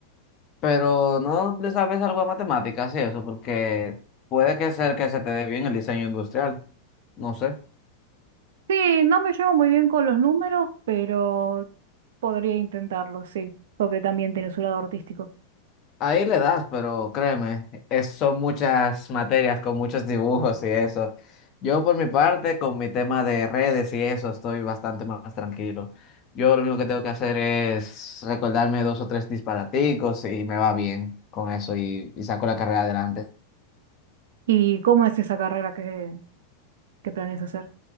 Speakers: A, on the left; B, on the right.
A: Pero no le sabes algo de matemáticas y eso, porque puede que ser que se te dé bien el diseño industrial. No sé.
B: Sí, no me llevo muy bien con los números, pero podría intentarlo, sí, porque también tiene su lado artístico.
A: Ahí le das, pero créeme, es- son muchas materias con muchos dibujos y eso. Yo por mi parte, con mi tema de redes y eso, estoy bastante más tranquilo. Yo lo único que tengo que hacer es recordarme dos o tres disparaticos y me va bien con eso y, y saco la carrera adelante.
B: ¿Y cómo es esa carrera que, que planeas hacer?